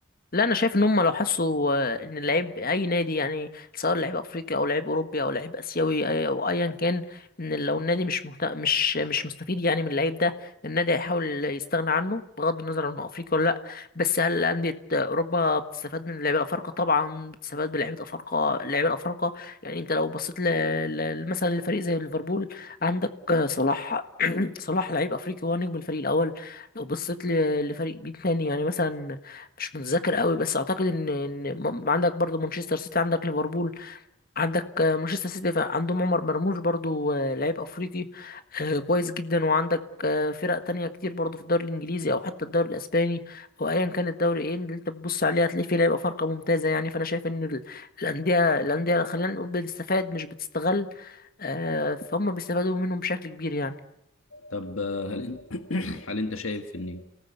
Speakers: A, on the left (about 45°); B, on the left (about 80°).
A: لا انا شايف ان هم لو حسوا آه، ان اللعيب اي نادي يعني سواء لعيب افريقي او لعيب اوروبي او لعيب اسيوي أي- او ايا كان ان لو النادي مش مهت... مش مش مستفيد يعني من اللعيب ده النادي هيحاول يستغنى عنه بغض النظر عن انه افريقي ولا لا بس هل انديه اوروبا بتستفاد من اللعيبه الافارقه طبعا بتستفاد بلعيبه افارقه اللعيبه الافارقه يعني انت لو بصيت ل... ل... مثلا لفريق زي ليفربول عندك آه، صلاح <clears throat> صلاح لعيب افريقي هو نجم الفريق الاول لو بصيت ل... لفريق بيه تاني يعني مثلا مش متذكر قوي بس اعتقد ان ان م- عندك برضو مانشستر سيتي عندك ليفربول عندك آه، مانشستر سيتي ف- عندهم عمر مرموش برضو آه، لعيب افريقي آه، كويس جدا وعندك آه، فرق تانية كتير برضو في الدوري الانجليزي او حتى الدوري الاسباني او ايا كان الدوري ايه اللي انت بتبص عليه هتلاقي فيه لعيبه فرقه ممتازه يعني فانا شايف ان ال- الانديه الانديه خلينا نقول بتستفاد مش بتستغل آه، فهم بيستفادوا منهم بشكل كبير يعني
B: طب آه، هل أنت <coughs> هل أنت شايف إن